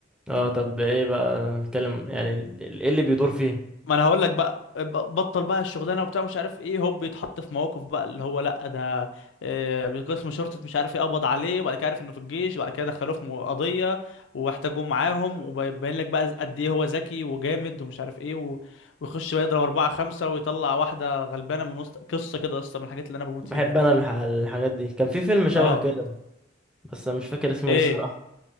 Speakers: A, in the centre; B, on the left (about 65°).
A: اه طب ايه بقى بيتكلم يعني ال- ال- ايه اللي بيدور فيه
B: ما انا هقول لك بقى ب- بطل بقى الشغلانه وبتاع مش عارف ايه هوب بيتحط في مواقف بقى اللي هو لا ده آه، قسم شرطه مش عارف ايه قبض عليه وبعد كده عارف انه في الجيش وبعد كده دخلوه في مو- قضيه واحتاجوه معاهم وبيبين لك بقى قد ايه هو ذكي وجامد ومش عارف ايه و... ويخش يضرب اربعه خمسه ويطلع واحده غلبانه من وسط قصه كده اصلا من الحاجات اللي انا بموت
A: بحب
B: فيها يعني
A: انا الح... الحاجات دي كان في فيلم شبه
B: اه
A: كده بس انا مش فاكر اسمه
B: ايه
A: ايه الصراحه